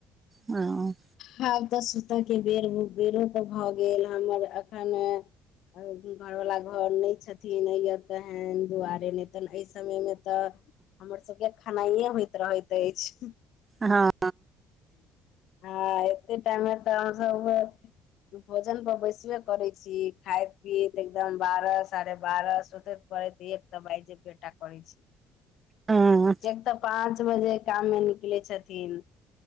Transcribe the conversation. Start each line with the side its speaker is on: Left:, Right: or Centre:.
Right: हँ
Left: ह तऽ सुतऽ के बेर बेरो पर भऽ गेल हमर एखन भगब्ती घरवाला घर नै छथिन या तेेन दुआरे नै त एहि समय मे तऽ हमर सबके खेनाइए होइत रहैत अछि।
Right: हँ
Left: ह एते टा मैं तऽ हम सब उ भोजन पर बैसबे करै छी खाइत पीत एकदम बारह सारेह बारह सुतैत परैत एक‌ त बाईज जेबेटा करए छै
Right: हूँ
Left: जेतऽ पाँच बजे गामऽ निकले छथिन